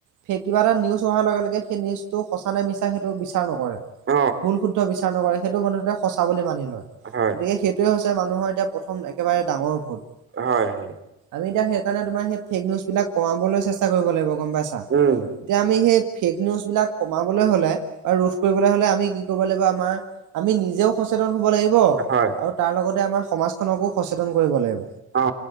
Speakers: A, on the right (about 80°); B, on the right (about 40°).
A: ফেক কিবা এটা নিউজ হোৱাৰ লগে লগে সেই নিউজটো সঁচা নে মিছা সেইটো বিচাৰ নকৰে
B: অ
A: ভুল শুদ্ধ বিচাৰ নকৰে সেইটো প্ৰথমতে সঁচা বুলি মানি লয়
B: হয়
A: গতিকে সেইটোৱে হৈছে মানুহৰ এতিয়া প্ৰথম একেবাৰে ডাঙৰ ভুল
B: হয় হয়
A: আমি এতিয়া সেইকাৰণে তোমাৰ সেই ফেক নিউজ বিলাক কমাবলৈ চেষ্টা কৰিব লাগিব গম পাইছা
B: উম।
A: এতিয়া আমি সেই ফেক নিউজবিলাক কমাবলৈ হ'লে ৰোধ কৰিবলৈ হলে আমি কি কৰিব লাগিব আমাৰ আমি নিজেও সচেতন হ'ব লাগিব
B: হয়
A: আৰু তাৰ লগতে আমাৰ সমাজ খনকো সচেতন কৰিব লাগিব
B: অ